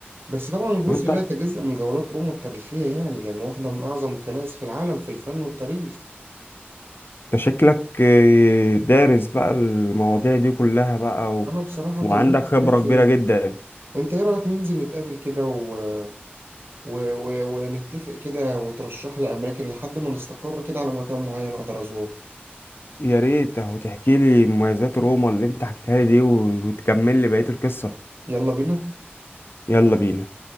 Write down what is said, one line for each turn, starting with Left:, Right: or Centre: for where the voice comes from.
Right: بس طبعا جزء
Left: طب انت
Right: لا يتجزأ من جولات روما التاريخية يعني لأن واحدة من أعظم الكنائس في العالم في الفن والتاريخ
Left: انت شكلك آه، دارس بقى المواضيع دي كلها بقى و...
Right: أنا بصراحة
Left: وعندك
Right: كان نفسي
Left: خبره
Right: ألف فيها
Left: كبيره جدا
Right: أنت إيه رأيك ننزل نتقابل كده و... و... و... ونتفق كده وترشح لي أماكن لحد ما نستقر كده على مكان معين أقدر أزوره
Left: يا ريت اهو تحكي لي مميزات روما اللي انت حكيتها لي دي و- وتكمل لي بقية القصة
Right: يلا بينا
Left: يلا بينا